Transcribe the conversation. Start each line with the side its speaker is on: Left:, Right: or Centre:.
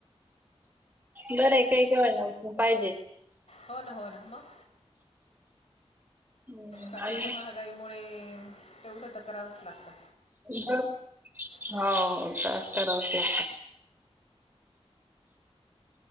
Right: बरं ये काही करायला पण पाहिजे.
Left: होना, होना मग
Right: हम्म.
Left: कारण
Right: आणि
Left: आता महागाईमुळे तेवढं तर करावंच लागतं.
Right: हो, काम
Left: हं.
Right: करावतचं लागतं.